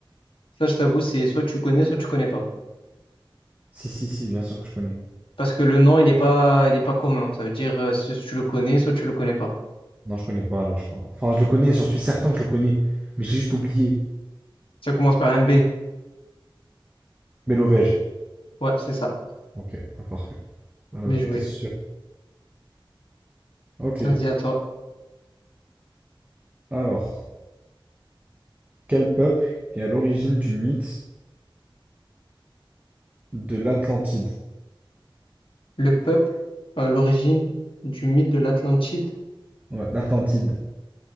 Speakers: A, on the left; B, on the right.
A: ça, je t'avoue, c'est soit tu connais, soit tu connais pas.
B: Si, si, si, bien sûr que je connais.
A: Parce que le nom, il n'est pas, il est pas commun. Ça veut dire euh, soit tu le connais, soit tu le connais pas.
B: Non, je connais pas, alors, je crois. Enfin, je le connais, j'en suis certain que je le connais. Mais j'ai juste oublié.
A: Ça commence par un B.
B: Mélovège.
A: Ouais, c'est ça.
B: Ok, ah, parfait. Ah,
A: Bien
B: J'en
A: joué.
B: étais sûr. Ok,
A: Vas-y, à toi.
B: alors. Quel peuple est à l'origine du mythe de l'Atlantide?
A: Le peuple, à l'origine du mythe de l'Atlantide,
B: Ouais, l'Atlantide.